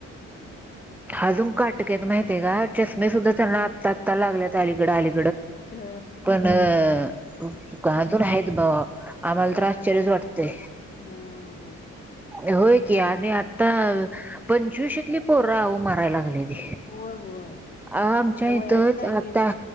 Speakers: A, in the centre; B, on the left (about 30°).
A: आजुन काटकेत माहित आहे का चश्मे सुद्धा चलणार सत्ता लागल्या त्या अलीकडे आली
B: तर
A: पणज आहे <unintelligible> बघ आम्हाला तर आश्चर्यच वाटते
B: हा
A: होय की आणि आता अं पंचवीशतली पोर- <unintelligible> ह मारायला लागले
B: होय होय
A: आमच्या
B: तर वयाचं
A: इथच
B: काय
A: आता
B: हे नाही